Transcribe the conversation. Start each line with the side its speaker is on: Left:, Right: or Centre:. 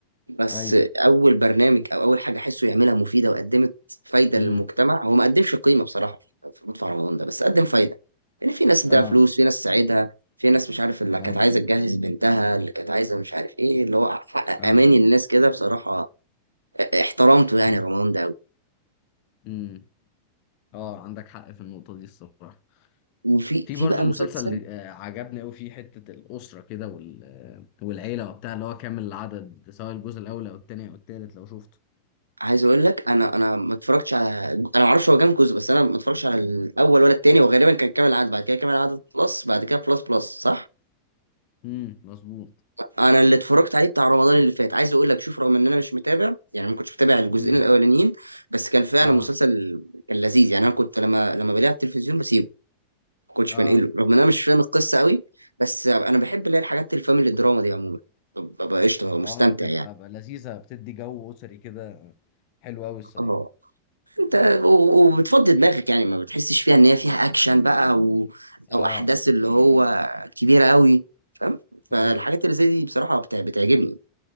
Right: بس
Left: ايوه
Right: اول برنامج او اول حاجه احسه يعملها مفيده وقدمت فايده
Left: مم.
Right: للمجتمع هو ما قدمش قيمه بصراحه في مدفع رمضان ده بس قدم فايده لان في ناس اداها
Left: اه
Right: فلوس في ناس ساعدها في ناس مش عارف اللي
Left: ايوه
Right: كانت عايزه تجهز بنتها اللي كانت عايزه مش عارف ايه اللي هو حقق
Left: اه
Right: اماني للناس كده بصراحه احترمته يعني
Left: مم.
Right: رمضان ده قوي
Left: مم. اه عندك حق في النقطة دي الصراحة
Right: وفي
Left: في
Right: في
Left: برضو
Right: بقى
Left: مسلسل
Right: مسلسل
Left: اللي- آه، عجبني قوي فيه حتة الأسرة كده وال... آه، والعيلة وبتاع اللي هو كامل العدد سواء الجزء الأول أو التاني أو التالت لو شفته
Right: عايز اقول لك انا انا ما اتفرجتش على انا ما اعرفش هو كام جزء بس انا ما اتفرجتش على الاول ولا التاني وغالبا كان كامل العدد بعد كده كامل العدد بلس بعد كده بلس بلس صح
Left: امم مظبوط
Right: انا اللي اتفرجت عليه بتاع رمضان اللي فات عايز اقول لك شوف رغم ان انا مش متابع يعني ما كنتش متابع الجزئين
Left: امم
Right: الاولانيين بس كان فعلا
Left: اه
Right: مسلسل كان لذيذ يعني انا كنت لما لما بلاقيه على التلفزيون بسيبه ما كنتش
Left: اه
Right: بنقله رغم ان انا مش فاهم القصه قوي بس انا بحب اللي هي الحاجات الفاميلي دراما دي عموما ببقى قشطه ببقى مستمتع
Left: اه بتبقى
Right: يعني
Left: بقى لذيذة بتدي جو أسري كده حلو قوي الصراحة
Right: اه انت و- وبتفضي دماغك يعني ما بتحسش فيها ان هي فيها اكشن بقى او
Left: اه
Right: او احداث اللي هو كبيره قوي فاهم فالحاجات
Left: ايوه
Right: اللي زي دي بصراحه بتع- بتعجبني